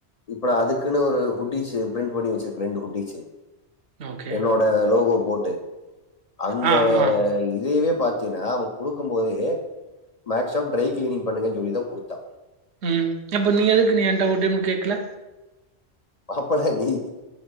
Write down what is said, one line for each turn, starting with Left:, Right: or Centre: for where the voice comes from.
Left: இப்ப நா அதுக்குனு ஒரு ஹுட்டீசு ப்ரிண்ட் பண்ணி வச்சிருக்கு ரெண்டு ஹுட்டீசு
Right: ஓகே
Left: என்னோட லோகோ போட்டு அந்த
Right: ஆ ஆ
Left: இதயவே பாத்தீங்னா அவெ குடுக்கும்போதே மேக்சிமம் ட்ரை கிளீனிங் பண்ணுங்கனு சொல்லி தா குடுத்தா
Right: ம் அப்ப நீ எதுக்கு நீ என்ட ஒரு டைம் கேக்கல
Left: மாப்பள நீ